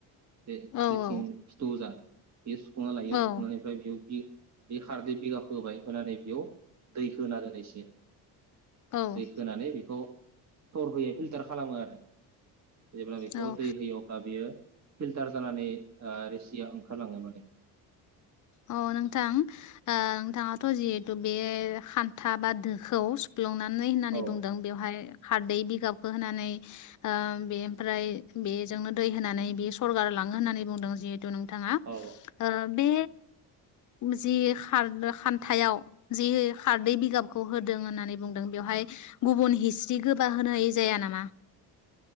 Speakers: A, on the right; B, on the left.
A: बे
B: औ औ
A: जेथिं फिथौ जा। बेयो सुफुंना लायो
B: औ
A: सुफुंनायनिफ्राय बेयाव। बे-बे खारदै बिगाखो होबाय होनानै बेयाव दै होना दोनो एसे।
B: औ
A: दै होनानै बेखौ। सर होयो फिलटार खालामो आरो। जेब्ला बेखौ
B: औ
A: दै होयो अब्ला बियो। फिल्टार जानानै ओ रोसिया ओंखारलाङो माने
B: अ नोंथां ओ नोंथाङाथ' जिहेथु बे खान्था बा दोखौ सुफ्लंनानै होननानै
A: औ
B: बुंदों बेवहाय खारदै बिगाबखौ होनानै ओ बेमफ्राय बेजोंनो दै होनानै बे सरगार लाङो होननानै बुंदों जि थु नोंथाङा
A: औ
B: ओ। बे जि खार खान्थायाव जि खारदै बिगाबखौ होदों होननानै बुंदों बेवहाय गुबुन हिस्रि गोबा होनाय जाया नामा।